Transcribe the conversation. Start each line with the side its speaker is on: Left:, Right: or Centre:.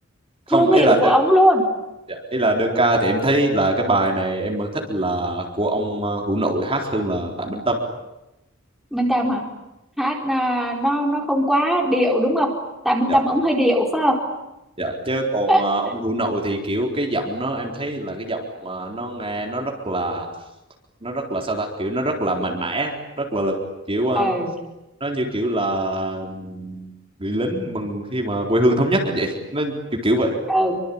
Right: không
Centre: thương
Right: ấy
Centre: hiệu
Right: là
Centre: của
Right: đơn
Centre: ông luôn
Right: dạ, ý là đơn ca thì em thấy là cái bài này em vẫn thích là của ông à, Hữu Nội hát hơn là Tạ Minh Tâm
Centre: Minh Tâm hả hát à, nó nó không quá điệu đúng không Tạ Minh
Right: Dạ
Centre: Tâm ông hơi điệu phải không
Right: Dạ, chứ còn
Centre: <laughs>
Right: ờ, ông Hữu Nội thì kiểu cái giọng nó em thấy là cái giọng mà nó nghe nó rất là nó rất là sao ta kiểu nó rất là mạnh mẽ rất là lực kiểu ờ,
Centre: ừ
Right: nó như kiểu là ừm, người lính mừng khi mà quê hương thống nhất ấy chị nó kiểu kiểu vậy
Centre: ừ